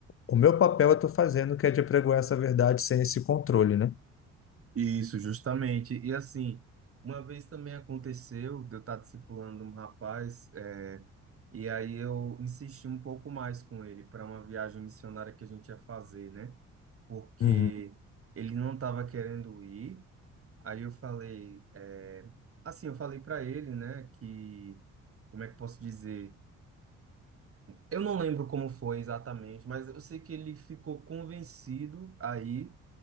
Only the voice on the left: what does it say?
O meu papel eu estou fazendo, que é de apregoar essa verdade sem esse controle, né?
Uhum.